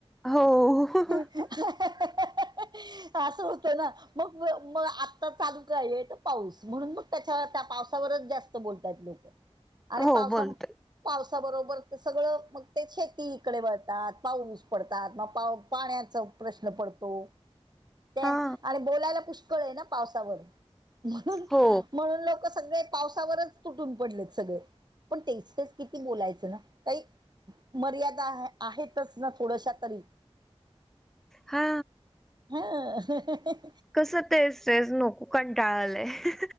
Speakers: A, in the centre; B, on the right (about 40°).
A: हो हो ह.
B: <unintelligible> असं होतं ना मग मग आत्ता चालू काय आहे तर पाऊस म्हणून मग त्याच्या त्या पावसावरच जास्त बोलतात लोकं आणि
A: हो
B: पावसा
A: बोलतोय
B: पावसाबरोबर तर सगळं मग ते शेतीकडे वळतात पाऊस पडतात मग पा पाण्याचं प्रश्न पडतो. ते
A: हा
B: आणि बोलायला पुष्कळ आहे ना पावसावर म्हणून,
A: हो
B: म्हणून लोक सगळे पावसावरच तुटून पडलेत सगळे पण तेच तेच किती बोलायचं ना काही मर्यादा आहेतच ना थोडश्या तरी
A: हा.
B: हा हा ह
A: कसं तेच तेच नको कंटाळा आलंय